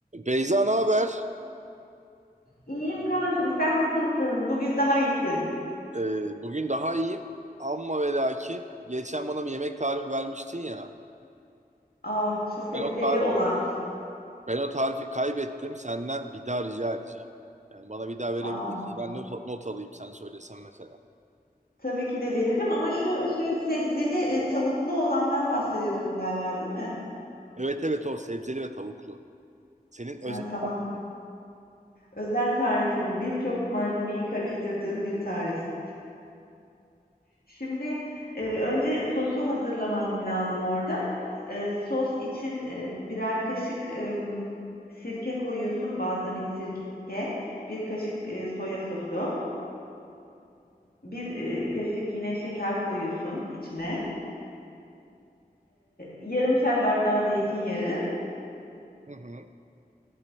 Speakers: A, on the right; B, on the left.
A: Beyza ne haber?
B: İyiyim kankım, sen nasılsın? Bugün daha iyisin.
A: Ee, bugün daha iyiyim. Amma ve lakin geçen bana bir yemek tarifi vermiştin ya.
B: Ah, şu sebzeli
A: Ben o, tar-
B: olan.
A: ben o tarifi kaybettim. Senden bir daha rica edeceğim. Yani bana bir daha verebilir
B: Ah,
A: misin? Ben not, not alayım sen söylesen mesela.
B: tabii ki de veririm ama şu şey sebzeli e, tavuklu olandan bahsediyorsun galiba, değil mi?
A: Evet evet o sebzeli ve tavuklu. Senin
B: Ha,
A: özel
B: tamam.
A: tarifin.
B: Özel tarifim. Birçok malzemeyi karıştırdığım bir tarif. Şimdi e, önce sosu hazırlaman lazım orada. E, sos için e, birer kaşık e, sirke koyuyorsun, balzamik sirke, bir kaşık e, soya sosu. bir, kaşık yine şeker koyuyorsun içine. yarım çay bardağı zeytinyağı,
A: Hı hı.